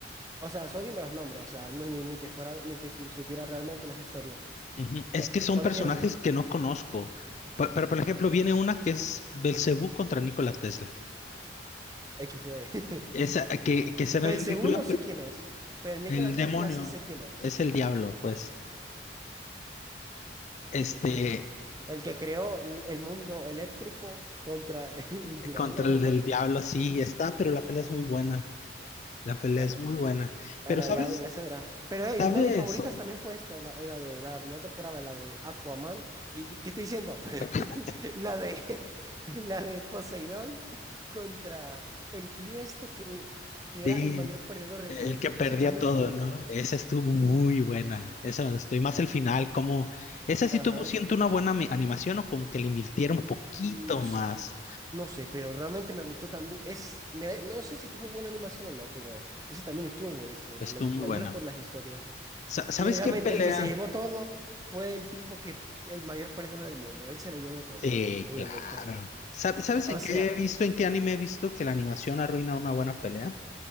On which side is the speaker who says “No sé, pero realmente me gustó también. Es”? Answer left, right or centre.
Right